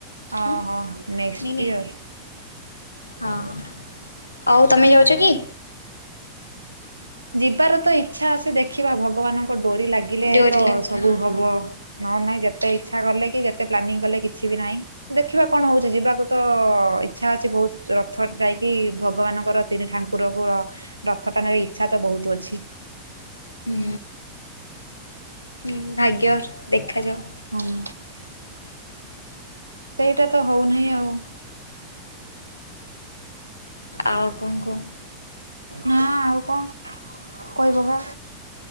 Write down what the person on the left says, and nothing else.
ହଁ
ନିଁ ନି
ହଁ ଆଉ ତମେ ଯାଉଛ କି?
ଡୋରି
ଲାଗିଲା
ହଁ
ହୁଁ ହୁଁ ଭାଗ୍ୟ ଦେଖାଯାଉ।
ଆଉ କଣ କୁହ?